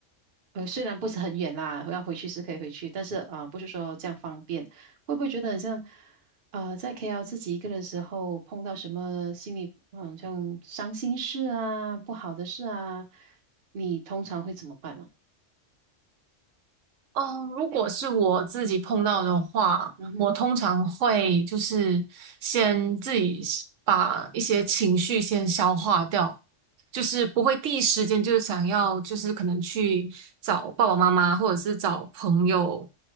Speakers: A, on the right; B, on the right.
A: 呃，虽然不是很远啦，要回去是可以回去，但是啊、呃不是说这样方便。会不会觉得很像，呃，在 KL 自己一个人的时候，碰到什么心里好像伤心事啊、不好的事啊，你通常会怎么办呢、
B: 嗯，如果是我自己碰到的话，
A: 嗯哼，
B: 我通常会就是先自己是把一些情绪先消化掉，就是不会第一时间就是想要就是可能去找爸爸妈妈或者是找朋友，